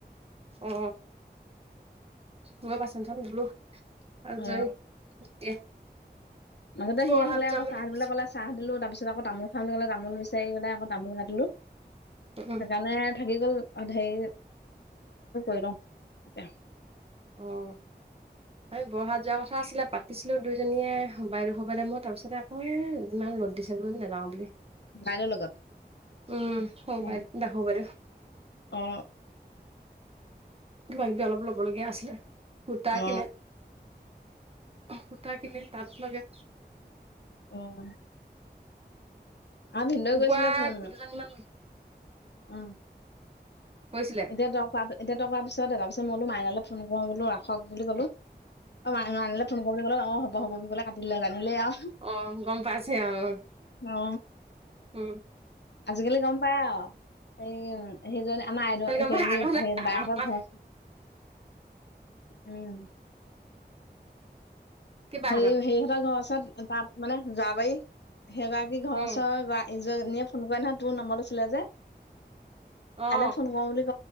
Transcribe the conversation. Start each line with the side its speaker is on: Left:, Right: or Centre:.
Right: অ মই বাচন ধুলো। আজৰি
Left: অ
Right: এতিয়া
Left: মাজতে
Right: বৰহাত
Left: সি আহিলে
Right: যাম
Left: আকৌ
Right: বুলি
Left: চাহবিলাক
Right: কৈছে
Left: ক'লে চাহ দিলো তাৰ পিছত আকৌ তামোল খাম বুলি ক'লে তামোল চাৰি গেলাই আকৌ তামলকাটিলো।
Right: উম
Left: সেইকাৰণে থাকি গ'ল হেৰি ঘৰ। <unintelligible>
Right: অ এই বৰষা যোৱা কথা আছিলে পাতিছিলো দুইজনীয়ে হ বাইদেউ সোবাইে মই তাৰপিছতে মই ইমান ৰ'দ দিছে বোলো নাযাও বুলি
Left: বাইদেউৰ লগত
Right: উম হ'
Left: অ
Right: ব <unintelligible>
Left: অ
Right: কিবাাকিবি অলপ ল'বলগীয়া আছিলে। সুতা
Left: অ
Right: কিনে। অ সূতা কিনে। তাত লগে।
Left: অহ । আহ ভিনন্দৌ
Right: কুকুৰা
Left: গৈছিলে ফোন
Right: দুজনীমান
Left: অ।
Right: কৈছিলে
Left: এতিয়া তই কৰা, এতিয়া তই কোৱা পিছত ভাবিছো মাইনালৈ ফোন কৰো বোলো বোলো আ । হওক বুলি ক'লো। অ মাইনা মাইনা ফোন কৰো বোলো অ হব হব বুলি কাটিলে জানিলে আউঁ।
Right: অ গম পাইছে আহ
Left: অ
Right: উম।
Left: আজিকালি গম পায় আৰু এই সেইজন। অ
Right: গম
Left: সেৰি
Right: পাই আগতে
Left: হে বাই
Right: আমাৰ
Left: হতৰ ঘ ওচ উম।
Right: কিবাহঁতৰ
Left: সেই সেইহঁতৰ ঘৰৰ ওচৰত। তাত মানে যাবাই। সেইগৰাকী ঘৰৰ
Right: উম
Left: চৰৰ বা। এইযনিয়ে ফোন কৰে নহয় তোৰ নম্বৰটো আছিলে যে। এয়ালে
Right: অ
Left: ফোন কৰো বুলি।